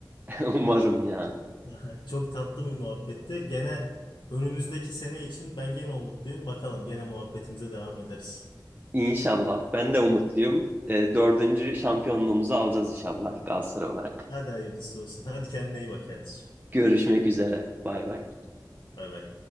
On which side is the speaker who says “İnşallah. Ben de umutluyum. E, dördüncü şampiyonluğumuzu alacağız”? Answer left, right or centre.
Right